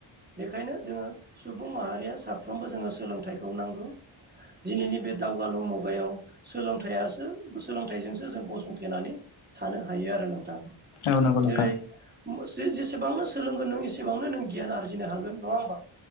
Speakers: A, on the right; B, on the left.
A: बेखायनो जोङो सुबुं माहारिया साफ्रोमबो जोङो सोलोंथाइखौ नांगौ। दिनैनि बे दावगालु मुगायाव सोलोंथाइयासो-सोलोंथाइजोंसो जों गसंथेनानै थानो हायो आरो नोंथां।
B: औ नंगौ नोंथां।
A: जेरै जेसेबांनो सोलोंगोन नों एसेबांनो नों गियान आरजिनो हागोन नङा होमबा?